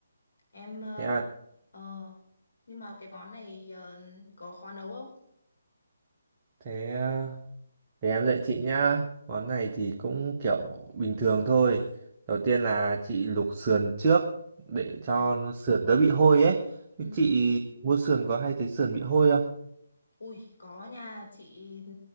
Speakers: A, on the left (about 65°); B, on the right (about 30°).
A: Em ờ
B: Thế à,
A: ờ, nhưng mà cái món này ờ, có khó nấu không?
B: thế ờ, để em dạy chị nhá. Món này thì cũng kiểu bình thường thôi. Đầu tiên là chị luộc sườn trước để
A: Ừ.
B: cho nó sườn đỡ bị hôi ấy.
A: Ừ.
B: Chị mua sườn có hay thấy sườn bị hôi không?
A: Ui có nha chị